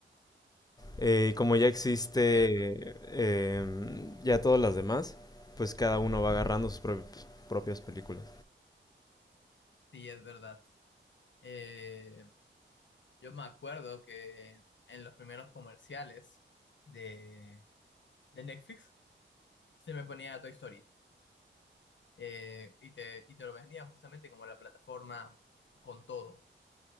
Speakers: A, on the left (about 20°); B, on the left (about 65°).
A: eh, como ya existe
B: Cierto,
A: eh, ya todas las demás, pues cada uno va agarrando sus propias, propias películas.
B: sí, es verdad. Eh, yo me acuerdo que en los primeros comerciales de, de Netflix se me ponía Toy Story. eh, y te, y te lo vendían justamente como la plataforma con todo.